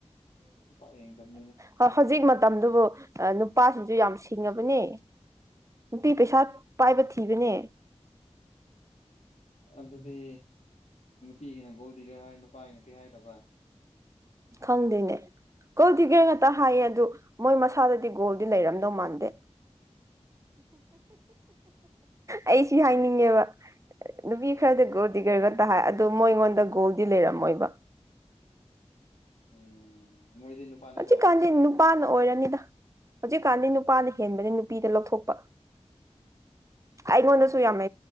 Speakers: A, on the left; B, on the right.
A: ꯄꯥꯛ ꯌꯦꯡꯗꯝꯅꯤꯗꯥ
B: ꯍꯣꯏ ꯍꯧꯖꯤꯛ ꯃꯇꯝꯗꯨꯕꯨ ꯅꯨꯄꯥꯁꯤꯡꯁꯨ ꯌꯥꯝ ꯁꯤꯡꯉꯥꯕꯅꯦ ꯅꯨꯄꯤ ꯄꯩꯁꯥ ꯄꯥꯏꯕ ꯊꯤꯕꯅꯦ
A: ꯑꯗꯨꯗꯤ ꯅꯨꯄꯤꯒꯤꯅ ꯒꯣꯜꯗꯤꯒꯔ ꯍꯥꯏꯔꯥ ꯅꯨꯄꯥꯒꯤꯅ ꯀꯔꯤ ꯍꯥꯏꯗꯕ
B: ꯈꯪꯗꯦꯅꯦ ꯒꫭꯜ ꯗꯤꯒꯔ ꯉꯥꯛꯇ ꯍꯥꯏꯌꯦ ꯑꯗꯨ ꯃꯣꯏ ꯃꯁꯥꯗꯗꯤ ꯒꯣꯜꯗꯤ ꯂꯩꯔꯝꯗꯧ ꯃꯥꯟꯗꯦ ꯑꯩ ꯁꯤ ꯍꯥꯏꯅꯤꯡꯉꯦꯕ ꯅꯨꯄꯤ ꯈꯔꯗꯤ ꯒꯣꯜ
A: ꯃꯥꯅꯦ
B: ꯗꯤꯒꯔꯒꯇ
A: ꯃꯥꯅꯦ
B: ꯍꯥꯏ ꯑꯗꯣ ꯃꯣꯏꯉꯣꯟꯗ ꯒꯣꯜꯗꯤ ꯂꯩꯔꯝꯃꯣꯏꯕ
A: ꯎꯝ ꯃꯣꯏꯗꯤ ꯅꯨꯄꯥꯗꯀꯣ
B: ꯍꯧꯖꯤꯛ ꯀꯥꯟꯗꯤ ꯅꯨꯄꯥꯅ ꯑꯣꯏꯔꯅꯤꯗ ꯍꯧꯖꯤꯛꯀꯥꯟꯗꯤ ꯅꯨꯄꯥꯅ ꯍꯦꯟꯕꯅꯤ ꯅꯨꯄꯤꯗ ꯂꯧꯊꯣꯛꯄ ꯑꯩꯉꯣꯟꯗꯁꯨ ꯌꯥꯝꯅ